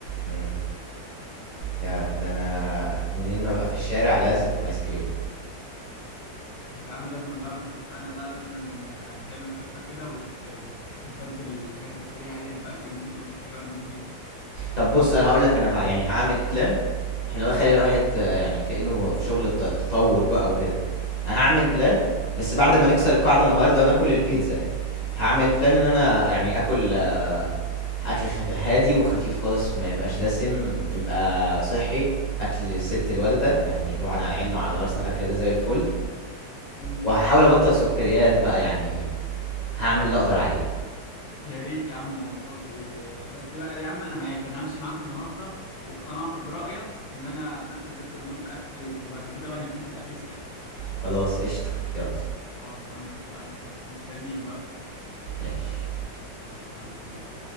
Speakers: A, on the left (about 30°); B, on the left (about 75°).
A: إمم. ده ده انا منين ما ببقى في الشارع لازم ايس كريم
B: يا عم لازم بقى ما احنا اتفقنا بقى لازم آه، تعمل خطة كده وت... آه، وتبدل الحاجات السريعة ديت بأكل مفيد وصحي بقى من البيت
A: طب بص انا هقول لك انا ه... يعني هعمل بلان احنا بقى خلي الواحد
B: ماشي
A: آه، يعني كأنه في شغل الت- تطور بقى وكده انا هعمل بلان
B: مم.
A: بس بعد ما نكسر القاعدة النهاردة وناكل البيتزا يعني هعمل بلان ان انا يعني اكل آه، اكل خف... هادي وخفيف خالص وما يبقاش دسم يبقى صحي اكل ست الوالدة يعني طبعا على عيننا وعلى راسنا الاكل ده زي الفل
B: مم.
A: وهحاول ابطل سكريات بقى يعني هعمل اللي اقدر عليه
B: يا ريت يا عم والله آه، بس بقى يا عم انا معاك انا همشي معاك النهاردة واقتنعت برأيك ان انا ناكل بيتزا النهاردة اخر يوم وبعد كده بقى نبتدي الاكل الصحي
A: خلاص قشطة يلا
B: خلاص يا عم اتفقنا مستنيك بقى
A: ماشي
B: ماشي مع السلامة